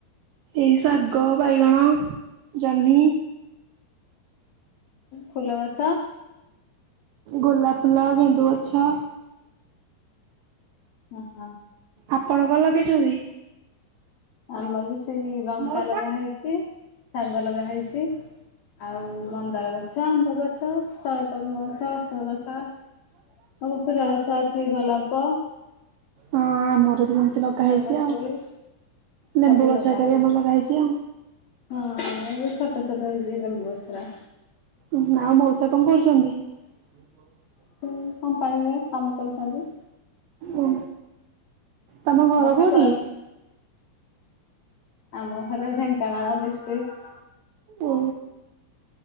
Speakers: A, on the right; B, on the left.
A: ଏଇ ଶାଗ ବାଇଗଣ ଜହ୍ନି
B: ଫୁଲଗଛ?
A: ଗୋଲାପ ଫୁଲ ଗେଣ୍ଡୁ ଗଛ
B: ଅ ହଁ।
A: ଆପଣ କ ଣ ଲଗେଇଛନ୍ତି?
B: ଆମର ବି ସେଇ ଲଙ୍କା
A: ହଁ
B: ଲଗା ହେଇଛି ଶାଗ ଲଗା ହେଇଛି ଆଉ ମନ୍ଦାର ଗଛ ଆମ ପୁଅ ତାରସବୁ ଫଳ ପଦ୍ମ ଗଛ ସୋଅ ଗଛ ସବୁ ଫୁଲ ଗଛ ଅଛି ଏ ଗୋଲାପ
A: ହଁ ଆମର ବି ଏମତି ଲ ଲଗା
B: ଗଙ୍ଗଶିଉଳି
A: ହେଇଛି ଆଉ
B: ସବୁ
A: ଲେମ୍ବୁ
B: ଲଗା
A: ଗଛ ହରିକା
B: ହେଇଛି।
A: ଆମର ଲଗା ହେେଇଛି ଆଉ।
B: ହଁ ଆମର ଏ ଛୋଟ ଛୋଟ ହେଇଛି ନେମ୍ବୁ ଗଛଗୁରା।
A: ଉ ଆଉ ମଉସା କଣ କରୁଛନ୍ତି? ବର ଗଛ।
B: ସେ କମ୍ପାନୀରେ ବା କାମ କରୁଛନ୍ତି।
A: ଓ ତମ ଘର
B: ଆଉ
A: କୋଉଠି?
B: କୁଆଡେ ଆମ ଘର ଢେଙ୍କାନଳ ଡିଶିଟିକ୍।
A: ଓ।